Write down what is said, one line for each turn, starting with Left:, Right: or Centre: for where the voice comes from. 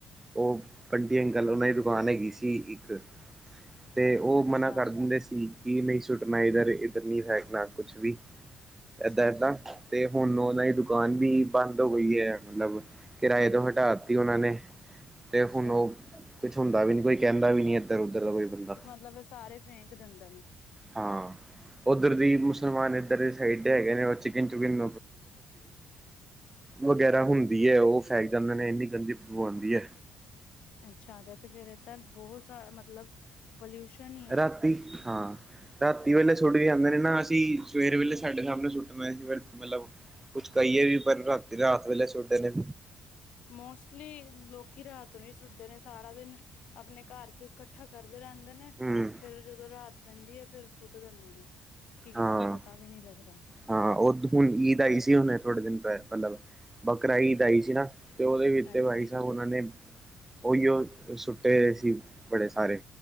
Right: ਓ ਕੰਡੀ ਅੰਕਲ ਓਨਾਂ ਦੀ ਦੁਕਾਨ ਹੈਗੀ ਸੀ ਇੱਕ ਤੇ ਓ
Left: ਅੱਛਾ
Right: ਮਨਾ ਕਰ ਦਿੰਦੇ ਸੀ ਕਿ ਨਈ ਸੁੱਟਣਾ ਇੱਧਰ-ਇੱਧਰ ਨਈ ਫੇਕਣਾ ਕੁਛ ਵੀ
Left: ਅੱਛਾ
Right: ਏਦਾਂ -ਏਦਾਂ ਤੇ ਹੁਣ ਓਨਾ ਦੀ ਦੁਕਾਨ ਵੀ ਬੰਦ ਹੋ ਗਈ ਐ ਮਤਲਬ ਕਿਰਾਏ ਤੋਂ ਹਟਾਤੀ ਓਨਾਂ ਨੇ ਤੇ
Left: ਅੱਛਾ
Right: ਹੁਣ ਉਹ ਕੁਛ ਹੁੰਦਾ ਵੀ ਨੀ ਕੋਈ ਕੇਂਦਾ ਵੀ ਨੀ ਇੱਧਰ ਉੱਧਰ ਦਾ ਕੋਈ ਬੰਦਾ
Left: ਤੇ ਮਤਲਬ ਏ ਸਾਰੇ ਫੇਂਕ ਦਿੰਦੇ ਨੇ?
Right: ਹਾਂ। ਓਧਰ ਦੀ ਮੁਸਲਮਾਨ ਏਧਰ ਦੇ ਸਾਈਡ ਦੇ ਹੈਗੇ ਨੇ ਉਹ ਚਿਕਨ ਚੁਕਨ ਵਗੈਰਾ ਹੁੰਦੀ ਐ ਓ ਫੈਕ ਜਾਂਦੇ ਨੇ ਏਨੀ ਗੰਦੀ ਬਦਬੂ ਆਂਦੀ ਆ।
Left: ਅੱਛਾ ਤੇ ਤੇ ਫੇਰ ਏ ਤਾਂ ਬੋਤ ਸਾਰਾ ਮਤਲਬ ਪੋਲਿਊਸ਼ਨ ਹੀ ਹੈ।
Right: ਰਾਤੀਂ ਹਾਂ ਰਾਤੀ ਵੇਲੇ ਸੁੱਟ ਕੇ ਜਾਂਦੇ ਨੇ ਨਾ ਅਸੀਂ ਸਵੇਰੇ ਵੇਲੇ ਸਾਡੇ ਸਾਹਮਣੇ ਸੁੱਟਣਾ ਸੀ ਫਿਰ ਮਤਲਬ ਕੁਛ ਕਹੀਏ ਵੀ ਪਰ ਰਾਤੀ ਰਾਤ ਵੇਲੇ ਸੁੱਟਦੇ ਨੇ
Left: ਮੋਸਟਲੀ ਲੋਕੀ ਰਾਤ ਨੂੰ ਈ ਸੁੱਟਦੇ ਨੇ ਸਾਰਾ ਦਿਨ ਆਪਣੇ ਘਰ ਚ ਇਕੱਠਾ ਕਰਦੇ ਰੇਂਦੇ ਨੇ
Right: ਹਮ
Left: ਫੇਰ ਜਦੋਂ ਰਾਤ ਪੈਂਦੀ ਹੈ ਫੇਰ ਸੁੱਟ ਦਿੰਦੇ ਨੇ, ਕੀ ਕਿਸੇ
Right: ਹਾਂ
Left: ਨੂੰ ਪਤਾ ਵੀ ਨਈ ਲੱਗਦਾ।
Right: ਹਾਂ ਉ ਹੁਣ ਈਦ ਆਈ ਸੀ ਹੁਣੇ ਥੋੜੇ ਦਿਨ ਪੈ ਮਤਲਬ ਬਕਰਾਈਦ ਆਈ ਸੀ ਨਾ ਤੇ ਉਹਦੇ ਵਿੱਚ
Left: ਹਾਂਜੀ
Right: ਤੇ ਬਾਈ ਸਾਹਿਬ ਉਹਨਾਂ ਨੇ ਉਹੀਓ ਸੁੱਟੇ ਹੋਏ ਸੀ ਬੜੇ ਸਾਰੇ